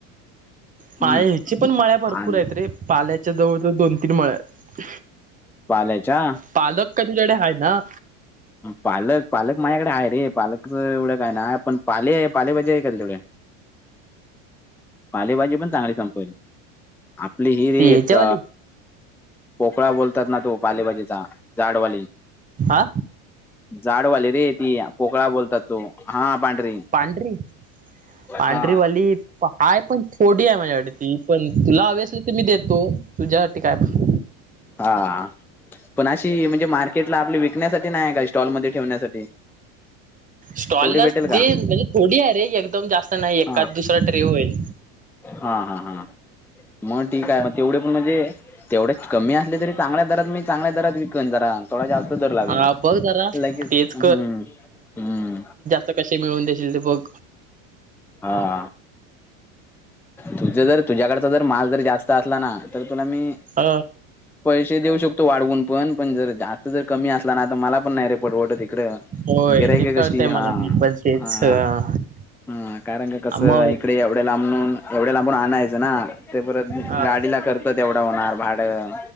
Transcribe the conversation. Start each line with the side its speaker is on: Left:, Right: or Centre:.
Centre: हम्म
Right: माळे ह्यांचे पण माळ्या भरपूर
Centre: आणि
Right: आहेत रे पाले च्या जवळ जवळ दोन तीन मळे आहेत.
Centre: पाल्याच्या
Right: पालक काय तुझ्याकडे हाय ना?
Centre: पालक पालक माझ्याकडे आहे रे पालकच एवढं काय नाय, पण पाले आहे पाले भा हे आहे का तुझ्याकडे? पालेभाजी पण चांगली संपलं. आपली ही रे
Right: ती ह्याच्यावाली
Centre: ट पोकळा बोलतात ना तो पालेभाजीचा जाडवाली.
Right: आ?
Centre: जाडवाली रे ती पोकळा बोलतात तो हा पांढरी.
Right: पांढरी पांढरीवाली
Centre: हा
Right: हाय पण थोडी आहे माझ्याकडे ती, पण तुला हवी असली तर मी देतो‌. तुझ्यासाठी कायपण.
Centre: हा. पण अशी म्हणजे मार्केटला आपली विकण्यासाठी नाहीये काय स्टॉलमध्ये ठेवण्यासाठी?
Right: स्टॉललाच
Centre: तेवढी भेटेल
Right: देईन
Centre: का
Right: म्हणजे थोडी आहे रे एकदम जास्त नाही. एखाद
Centre: हा
Right: दुसरा ट्रे होईल.
Centre: हा, हा, हा. मग ठीक आहे मग तेवढे पण म्हणजे तेवढ्या कमी असले तरी चांगल्या दरात मी चांगल्या दरात विकन जरा. थोडा जास्त दर लावीन.
Right: हा बघ जरा
Centre: लगेच
Right: तेच
Centre: हम्म, हम्म.
Right: ते कसे मिळवून देशील ते बघ.
Centre: हा. तुझं जर तुझ्याकडचा जर माल जर जास्त असला ना, तर तुला मी
Right: अ
Centre: पैसे देऊ शकतो वाढवून पण, पण जर असं जर कमी असला ना तर मला पण नाही रे परवडत इकडं
Right: होय
Centre: गिरायक
Right: ते
Centre: हाय
Right: कळतंय
Centre: कशी हा
Right: मला मी पण तेच
Centre: हा.
Right: अ
Centre: हम्म, कारण का कसं
Right: मग
Centre: इकडे एवढ्या लांबून एवढ्या लांबून आणायचं ना ते परत
Right: हा
Centre: गाडीला खर्चा तेवढं होणार भाडं